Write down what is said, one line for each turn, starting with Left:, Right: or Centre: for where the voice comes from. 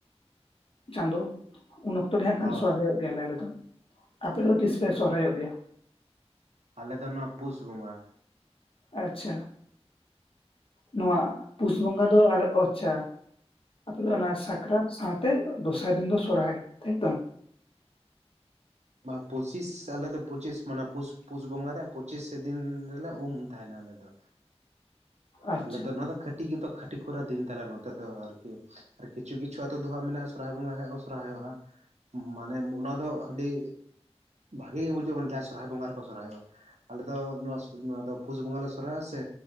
Left: ᱪᱟᱸᱫᱚ ᱩᱱ ᱚᱠᱛᱚ ᱜᱮ ᱦᱟᱸᱜ ᱠᱟᱱ
Right: ᱦᱳᱭ
Left: ᱥᱚᱦᱨᱟᱭᱚᱜ ᱜᱮᱭᱟ ᱞᱮ ᱟᱞᱮ ᱫᱚ᱾ ᱟᱯᱮ ᱫᱚ ᱛᱤᱥᱯᱮ ᱥᱚᱦᱨᱟᱭᱚᱜ ᱜᱮᱭᱟ?
Right: ᱟᱞᱮ ᱫᱚ ᱱᱚᱣᱟ ᱯᱩᱥ ᱵᱚᱸᱜᱟ᱾
Left: ᱟᱪᱪᱷᱟ ᱱᱚᱣᱟ ᱯᱩᱥ ᱵᱚᱸᱜᱟ ᱫᱚ ᱟᱨ ᱚᱪᱪᱷᱟ᱾ ᱟᱯᱮ ᱫᱚ ᱚᱱᱟ ᱥᱟᱠᱨᱟᱛ, ᱥᱟᱶᱛᱮ ᱫᱚᱥᱟᱨ ᱫᱤᱱ ᱫᱚ ᱥᱚᱨᱦᱟᱭ, ᱛᱟᱭᱛᱚ᱾
Right: ᱵᱟᱝ ᱯᱩᱪᱤᱥ ᱟᱞᱮ ᱫᱚ ᱯᱚᱸᱪᱤᱥ ᱢᱟᱱᱮ ᱯᱩᱥ ᱯᱩᱥ ᱵᱚᱸᱜᱟᱨᱮ ᱯᱚᱸᱪᱤᱥᱮ ᱫᱤᱱ ᱨᱮᱞᱮ ᱩᱢ ᱛᱟᱦᱮᱱᱟ ᱟᱞᱮ ᱫᱚ᱾
Left: ᱟᱪᱪᱷᱟ
Right: ᱟᱞᱮ ᱫᱚ ᱱᱚᱣᱟ ᱫᱚ ᱠᱷᱟᱹᱴᱤ ᱜᱮᱛᱚ ᱠᱷᱟᱹᱴᱤ ᱠᱷᱚᱨᱟ ᱫᱤᱱ ᱛᱟᱞᱮ ᱱᱚᱛᱮ ᱫᱚ, ᱟᱨᱠᱤ ᱟᱨ ᱠᱤᱪᱷᱩ ᱠᱤᱪᱷᱩ ᱟᱛᱳ ᱫᱚ ᱦᱟᱸᱜ ᱢᱮᱱᱟᱜᱼᱟ ᱥᱚᱨᱦᱟᱭ ᱵᱚᱸᱜᱟ ᱥᱮᱜ ᱠᱚ ᱥᱚᱨᱦᱟᱭᱚᱜᱼᱟ ᱢᱟᱱᱮ ᱢᱚᱱᱟ ᱫᱚ ᱟᱹᱰᱤ ᱵᱷᱟᱜᱮ ᱜᱮ ᱵᱩᱡᱷᱟᱜ-ᱟ ᱢᱟᱱᱮ ᱡᱟᱦᱟᱸ ᱥᱚᱨᱦᱟᱭ ᱵᱚᱸᱜᱟ ᱨᱮᱠᱚ ᱥᱚᱨᱦᱟᱭᱚᱜ-ᱟ᱾ ᱟᱞᱮ ᱫᱚ ᱱᱚᱣᱟ ᱱᱚᱣᱟ ᱫᱚ ᱯᱩᱥ ᱵᱚᱸᱜᱟ ᱞᱮ ᱥᱚᱨᱦᱟᱭᱚᱜᱟ ᱥᱮ